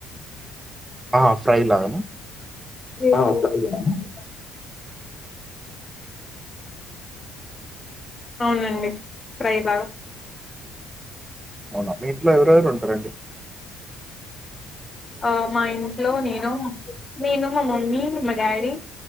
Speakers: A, on the right; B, on the left.
A: ఆ ఫ్రై లా గానా
B: ఆ ఫ్రై లాగా అవునండి ఫ్రై లాగా
A: అవునా మీ ఇంట్లో ఎవరెవరు ఉం సరే అండి
B: ఆ మా ఇంట్లో నేను నేను మా మమ్మీ మా డాడీ